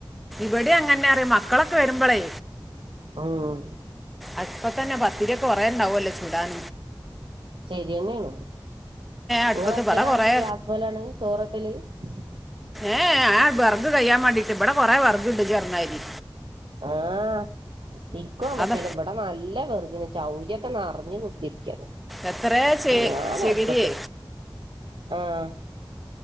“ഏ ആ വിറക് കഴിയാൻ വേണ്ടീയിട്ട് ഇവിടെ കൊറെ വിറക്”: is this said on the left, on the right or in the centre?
Centre